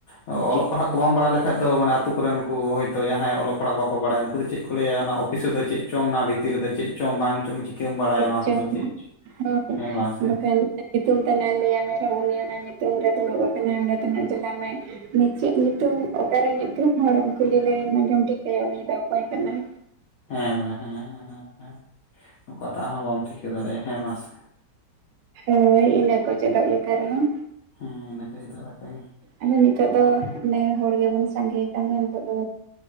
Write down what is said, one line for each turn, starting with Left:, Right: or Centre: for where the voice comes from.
Left: ᱚᱞᱚᱜ ᱯᱟᱲᱦᱟᱜ ᱠᱚ ᱵᱟᱢ ᱵᱟᱲᱟᱭ ᱞᱮᱠᱷᱟᱡ ᱫᱚ ᱟᱛᱩ ᱠᱚᱨᱮᱱ ᱠᱚ ᱦᱳᱭᱛᱳ ᱡᱟᱦᱟᱸᱭ ᱚᱞᱚᱜ ᱯᱟᱲᱦᱟᱜ ᱵᱟᱠᱚ ᱵᱟᱰᱟᱭ ᱩᱱᱠᱩ ᱫᱚ ᱪᱮ ᱠᱚ ᱞᱟᱹᱭᱟ ᱚᱱᱟ ᱚᱯᱷᱤᱥ ᱨᱮᱫᱚ ᱪᱮᱫ ᱪᱚᱝ ᱚᱱᱟ ᱵᱷᱤᱛᱤᱨ ᱨᱮᱫᱚ ᱪᱮᱫ ᱪᱚᱝ ᱵᱟᱝ ᱪᱚᱝ ᱪᱤᱠᱟᱹᱢ ᱵᱟᱲᱟᱭᱟ
Right: ᱪᱮᱫ
Left: ᱚᱱᱟ ᱠᱚᱫᱚ
Right: ᱪᱚᱝ
Left: ᱪᱮᱫ ᱪᱚ
Right: ᱦᱚᱸ
Left: ᱦᱮᱸ ᱵᱟᱝ ᱥᱮ
Right: ᱵᱟᱠᱷᱟᱱ ᱧᱩᱛᱩᱢ ᱛᱮᱱᱟᱜ ᱞᱟᱹᱭ-ᱟᱜ ᱢᱮ ᱨᱮᱦᱚᱸ᱾ ᱩᱱᱤ ᱚᱱᱟ ᱧᱩᱛᱩᱢ ᱨᱮ ᱫᱩᱲᱩᱵ ᱟᱠᱟᱱᱟᱭ ᱚᱸᱰᱮ ᱛᱮᱱᱟᱜ ᱪᱟᱞᱟᱟᱜ ᱢᱮ᱾ ᱪᱮᱫ ᱧᱩᱛᱩᱢ, ᱚᱠᱟᱨᱮ ᱧᱩᱛᱩᱢ ᱦᱚᱲ ᱠᱩᱞᱤ ᱞᱮᱢ ᱨᱮ ᱟᱸᱡᱚᱢ ᱴᱷᱤᱠᱟᱹᱭᱟ᱾ ᱩᱱᱤ ᱫᱚ ᱚᱠᱚᱭ ᱠᱟᱱᱟᱭ?
Left: ᱦᱮᱸ ᱵᱟᱝ ᱦᱮᱸ ᱦᱮᱸ ᱚᱠᱟᱴᱟᱜ ᱦᱚᱸ ᱵᱟᱢ ᱴᱷᱤᱠᱟᱹ ᱫᱟᱲᱮᱭᱟᱜᱼᱟ ᱦᱮᱸ ᱵᱟᱝ ᱥᱮ?
Right: ᱦᱳᱭ ᱤᱱᱟᱹ ᱠᱚ ᱪᱮᱫᱟᱜ ᱞᱮᱠᱟ ᱨᱮᱦᱚᱸ
Left: ᱦᱮᱸ ᱤᱱᱟᱹ ᱠᱷᱟᱹᱛᱤᱨ ᱫᱚ ᱚᱱᱠᱟᱜᱮ
Right: ᱟᱫᱚ ᱱᱤᱛᱚᱜ ᱫᱚ ᱚᱱᱮ ᱦᱚᱲ ᱜᱮᱵᱚᱱ ᱥᱟᱸᱜᱮᱭ ᱠᱟᱱᱟᱱ ᱫᱚ ᱱᱤᱛᱚᱜ ᱫᱚ